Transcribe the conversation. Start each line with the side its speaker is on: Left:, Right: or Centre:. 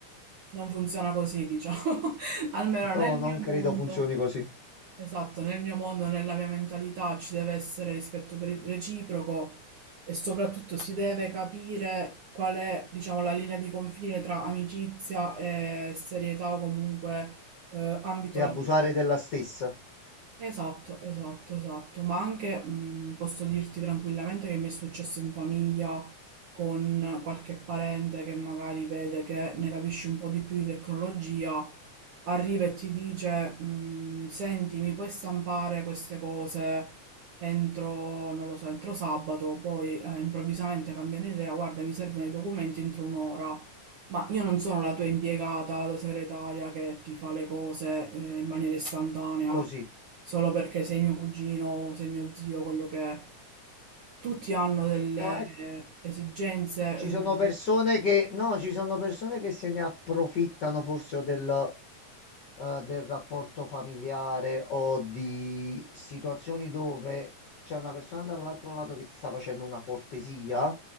Right: Non funziona così, diciamo. <laughs> Almeno nel
Left: no, non
Right: mio
Left: credo
Right: mondo.
Left: funzioni così.
Right: Esatto, nel mio mondo, nella mia mentalità ci deve essere rispetto per- il reciproco e soprattutto si deve capire qual è, diciamo, la linea di confine tra amicizia e serietà o comunque eh, ambito
Left: E
Right: lavorativo.
Left: abusare della stessa,
Right: Esatto, esatto, esatto, ma anche mh, posso dirti tranquillamente che mi è successo in famiglia con qualche parente che magari vede che ne capisci un po' di più di tecnologia arriva e ti dice, "Mm, senti, mi puoi stampare queste cose entro, non lo so, entro sabato, poi eh, improvvisamente cambiano idea, guarda, mi servono i documenti entro un'ora. Ma io non sono la tua impiegata, la tua segretaria che ti fa le cose eh, in maniera istantanea,
Left: così.
Right: solo perché sei mio cugino, sei mio zio, quello che è. Tutti hanno delle
Left: No, ecco.
Right: eh, esigenze,
Left: Ci
Right: eh,
Left: sono persone che, no, ci sono persone che se ne approfittano forse o del, eh, del rapporto familiare o di situazioni dove c'è una persona dall'altro lato che ti sta facendo una cortesia,